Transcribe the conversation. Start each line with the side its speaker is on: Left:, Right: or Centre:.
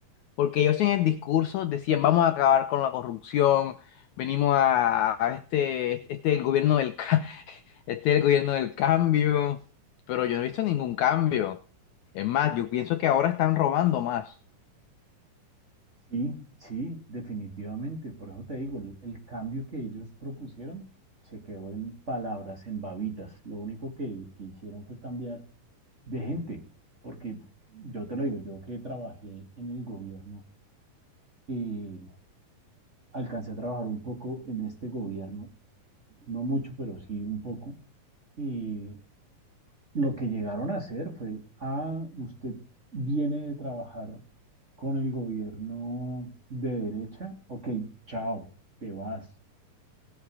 Left: Porque ellos en el discurso decían vamos a acabar con la corrupción, venimos a, a este, este este es el gobierno del, ca- <laughs> este es el gobierno del cambio, pero yo no he visto ningún cambio. Es más, yo pienso que ahora están robando más.
Right: Sí, sí, definitivamente. Por eso te digo, el, el cambio que ellos propusieron se quedó en palabras, en babitas. Lo único que, que hicieron fue cambiar de gente, porque yo te lo digo, yo que trabajé en el gobierno, eh, alcancé a trabajar un poco en este gobierno, no mucho, pero sí un poco, y lo que llegaron a hacer fue, ah, usted viene de trabajar con el gobierno de derecha, ok, chao, te vas,